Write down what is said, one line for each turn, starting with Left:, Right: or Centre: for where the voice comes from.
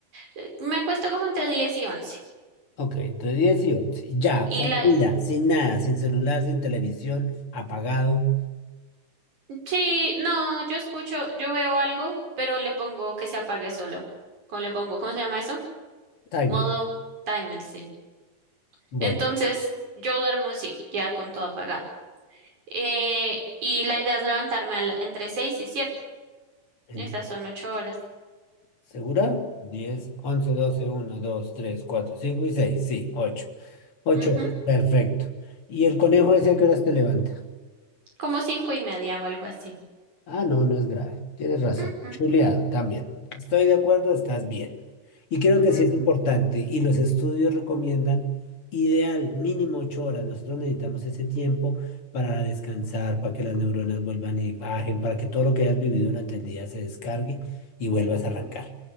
Right: Eh, Me acuesto como entre diez y once
Left: Ok, entre 10 y 11. Ya,
Right: Y
Left: fue
Right: la...
Left: un día, sin nada, sin celular, sin televisión, apagado.
Right: Sí, no, yo escucho, yo veo algo, pero le pongo que se apague solo. ¿Cómo le pongo? ¿Cómo se llama eso?
Left: Timer.
Right: Modo timer, sí.
Left: Bueno,
Right: Entonces, yo duermo, sí, ya con todo apagado. Eh, y la idea es levantarme a la- entre seis y siete
Left: ent-
Right: Esas son 8 horas.
Left: ¿segura? Diez, once, doce, uno, dos, tres, cuatro, cinco y 6. Sí, ocho, ocho.
Right: Ujú.
Left: horas, perfecto. ¿Y el conejo ese a qué horas te levantas?
Right: como cinco y media o algo así.
Left: Ah, no, no es grave. Tienes razón.
Right: Mm, mm,
Left: Chuleado, también. Estoy de acuerdo, estás bien. Y creo que
Right: ujú.
Left: sí es importante. Y los estudios recomiendan ideal, mínimo ocho horas. Nosotros necesitamos ese tiempo para descansar, para que las neuronas vuelvan y bajen, para que todo lo que hayas vivido durante el día se descargue y vuelvas a arrancar.